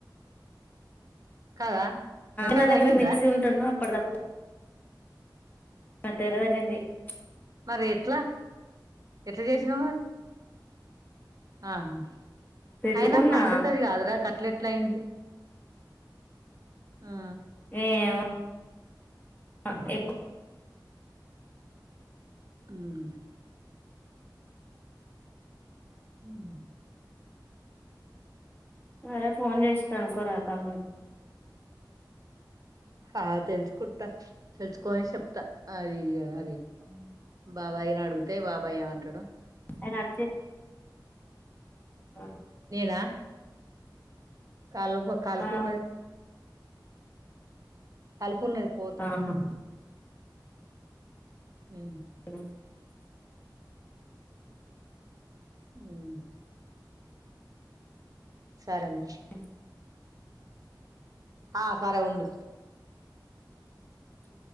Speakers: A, on the right; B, on the left.
A: కదా మెత్తగా
B: నా
A: తగిలిందా
B: దగ్గర మిక్సీ ఉంట అప్పడిదప్పుడు తెయదగండి <unintelligible>
A: మరి ఎట్ల ఎట్ల చేసినవ్ మరి ఆహా
B: పెట్టుకున్నా
A: అయిన పండుతది కాదుర గట్ల ఎట్ల అయింది ఆ
B: ఏమో ఆ ఎక్కు
A: హు హామ్ ఉం
B: అదే ఫోన్ చేసి కనుకోరాదు తమ్మునికి
A: ఆ తెలుసుకుంటా తెలుసుకోని చెప్తా అది ఇగ మరి.
B: హ్మ్.
A: బాబాయ్ ని అగితే బాబాయ్ ఏం అంటాడో.
B: ఎన్ని అబ్జెక్ట్ ఆ. <unintelligible>
A: నేనా. కల్పు కల్పు
B: ఆ
A: ఉన్నది కల్పు ఉన్నది. పోతా
B: ఆహా.
A: ఉం
B: ఆ.
A: ఉం సరే అన్న
B: హ్మ్.
A: ఆ సరే ఉండు.
B: ఉచ్చు.